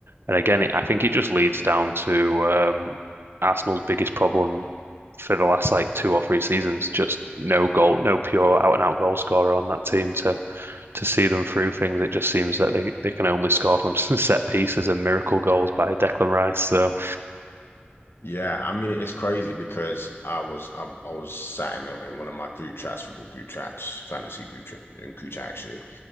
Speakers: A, on the right (about 70°); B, on the left (about 70°).
A: and again, it, I think it just leads down to um, Arsenal's biggest problem for the last like two or three seasons. Just no goal, no pure out and out goal scorer on that team to to see them through things. It just seems that they, they can only score from <laughs> set pieces and miracle goals by Declan Rice. So
B: Yeah, I mean it's crazy because I was I, I was sat in um, in one of my group chats, football group chats, fantasy group chat, and group chat actually,